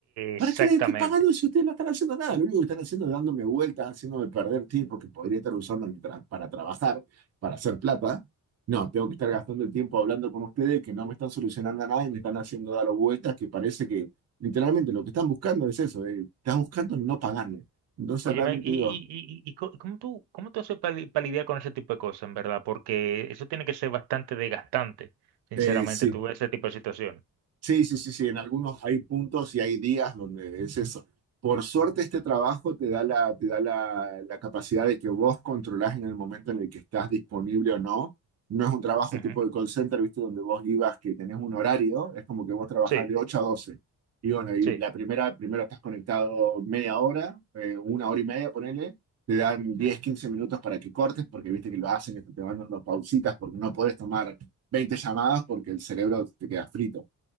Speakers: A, on the right; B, on the right.
A: ¿Para
B: exactamente.
A: qué le estoy pagando si ustedes no están haciendo nada? Lo único que están haciendo es dándome vueltas, haciéndome perder tiempo que podría estar usando mi tra- para trabajar, para hacer plata. No, tengo que estar gastando el tiempo hablando con ustedes que no me están solucionando nada y me están haciendo dar vueltas que parece que literalmente lo que están buscando es eso, eh, están buscando no pagarme. Entonces
B: Oye,
A: realmente
B: men, y,
A: digo,
B: y, y, y co- ¿cómo tú, cómo tú haces para lidiar con ese tipo de cosas, en verdad? Porque eso tiene que ser bastante desgastante, sinceramente,
A: eh, sí,
B: tú ves ese tipo de situaciones.
A: Sí, sí, sí, sí, en algunos hay puntos y hay días donde es eso. Por suerte este trabajo te da la, te da la, la capacidad de que vos controlás en el momento en el que estás disponible o no. No es un trabajo
B: ujú,
A: tipo de call center, ¿viste? Donde vos ibas que tenés un horario, es como que vos trabajás
B: Sí,
A: de 8 a doce Y bueno, y
B: sí,
A: la primera, primero estás conectado media hora, eh, una hora y media, ponele, te dan diez,
B: ujú.
A: 15 minutos para que cortes, porque viste que lo hacen, es que te van dando pausitas, porque no podés tomar 20 llamadas porque el cerebro te queda frito.